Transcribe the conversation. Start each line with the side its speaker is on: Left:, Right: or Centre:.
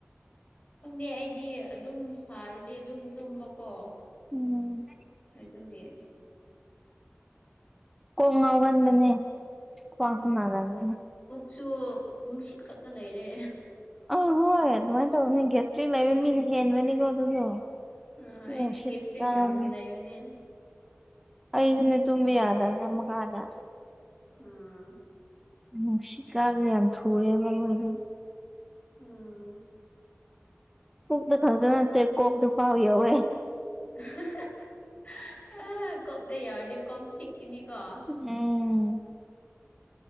Left: ꯈꯪꯗꯦ ꯑꯩꯗꯤ ꯑꯗꯨꯝ ꯁꯥꯔꯗꯤ ꯑꯗꯨꯝ ꯇꯨꯝꯕꯀꯣ
Centre: ꯎꯝ
Left: ꯑꯗꯨꯒꯤ
Centre: ꯀꯣꯛ ꯉꯥꯎꯒꯟꯕꯅꯦ ꯈ꯭ꯋꯥꯡꯁꯨ
Left: ꯎꯝ
Centre: ꯅꯥꯒꯟꯕꯅꯦ
Left: ꯄꯨꯛꯁꯨ ꯅꯨꯡꯁꯤꯠ ꯈꯛꯇ ꯂꯩꯔꯦ
Centre: ꯑꯥ ꯍꯣꯏ ꯑꯗꯨꯃꯥꯏꯅ ꯇꯧꯕꯅꯦ ꯒꯦꯁꯇ꯭ꯔꯤꯛ ꯂꯩꯕ ꯃꯤꯅ ꯍꯦꯟꯕꯅꯤꯀꯣ ꯑꯗꯨꯗꯣ
Left: ꯑꯥ
Centre: ꯅꯨꯡꯁꯤꯠ
Left: ꯑꯩꯗꯤ ꯒꯦꯁꯇ꯭ꯔꯤꯛ
Centre: ꯀꯥꯕꯅꯦ
Left: ꯌꯥꯝ ꯂꯩꯔꯦꯅꯦ
Centre: ꯑꯩꯁꯨꯅꯦ ꯇꯨꯝꯕ ꯌꯥꯗꯕꯅꯦ
Left: ꯑꯩꯗꯤ
Centre: ꯃꯈꯥꯗ
Left: ꯎꯝ
Centre: ꯅꯨꯡꯁꯤꯠ ꯀꯥꯕꯁꯦ ꯌꯥꯝ ꯊꯨꯔꯦꯕ ꯑꯩꯈꯣꯏꯗꯣ
Left: ꯎꯝ
Centre: ꯄꯨꯛꯇꯈꯛꯇ ꯅꯠꯇꯦ ꯀꯣꯛꯇ ꯐꯥꯎ ꯌꯧꯋꯦ
Left: <unintelligible> ꯑꯥ ꯀꯣꯛꯇ ꯌꯧꯔꯗꯤ ꯀꯣꯛ ꯆꯤꯛꯀꯅꯤꯀꯣ
Centre: ꯎꯝ